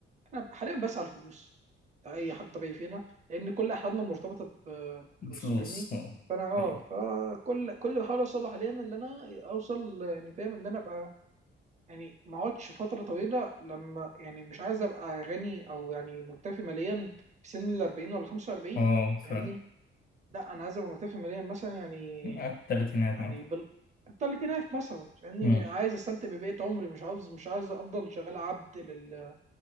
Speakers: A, on the right; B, on the left.
A: انا حاليا بسعى الفلوس اي حد طبيعي فينا لان كل احلامنا مرتبطه ب- بفلوس
B: فلوس
A: فاهمني
B: اه
A: فانا اه
B: أيوة.
A: فكل كل اللي بحاول اوصل له حاليا اللي انا اوصل يعني فاهم اللي انا ابقى يعني ما اقعدش فتره طويله لما يعني مش عايز ابقى غني او يعني مكتفي ماليا في سن ال 40 ولا 45
B: آه، فاهم
A: فاهمني لا انا عايز ابقى مكتفي ماليا مثلا يعني
B: على التلاتينات
A: يعني
B: مثلا
A: بال الثلاثينات مثلا يعني
B: مم.
A: عايز استمتع ببقيه عمري مش عاوز مش عايز افضل شغال عبد لل...